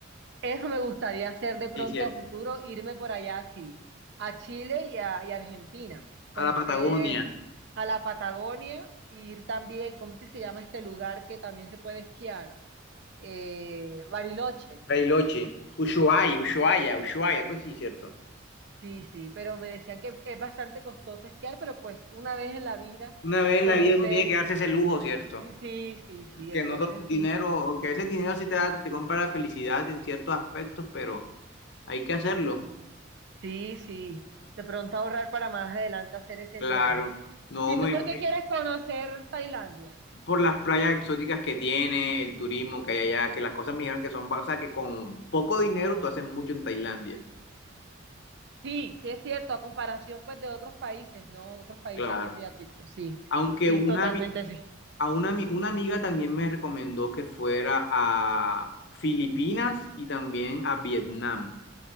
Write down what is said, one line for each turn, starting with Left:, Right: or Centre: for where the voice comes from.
Right: Eso me gustaría hacer de pronto
Left: Sí, cierto.
Right: a futuro, irme por allá así, a Chile y a, y a Argentina, conocer
Left: A la Patagonia,
Right: a la Patagonia y ir también, ¿cómo es que se llama este lugar que también se puede esquiar? Eh, Bariloche.
Left: Bariloche, Ushuaia,
Right: Sí,
Left: Ushuaia, Ushuaia, algo así, cierto.
Right: sí, sí, pero me decían que es bastante costoso esquiar, pero pues una vez en la vida
Left: Una vez en
Right: conocer,
Left: la vida uno tiene que darse ese lujo, ¿cierto?
Right: sí, sí, sí,
Left: Que
Right: entonces
Left: no todo el dinero,
Right: sí,
Left: o que ese dinero sí te da, te compra la felicidad en ciertos aspectos, pero hay que hacerlo.
Right: sí, sí, de pronto ahorrar para más adelante hacer ese
Left: Claro.
Right: viaje.
Left: No,
Right: ¿Y
Left: me,
Right: tú por
Left: me-
Right: qué quieres conocer Tailandia?
Left: por las playas exóticas que tiene, el turismo que hay allá, que las cosas me dijeron que son, ba- o sea, que con poco dinero tú haces mucho en Tailandia.
Right: Sí, sí es cierto, a comparación pues de otros países, ¿no? Otros países
Left: Claro.
Right: asiáticos, sí,
Left: Aunque
Right: sí
Left: una,
Right: es totalmente
Left: ami-
Right: así.
Left: a una, ami- una amiga también me recomendó que fuera a Filipinas y también a Vietnam.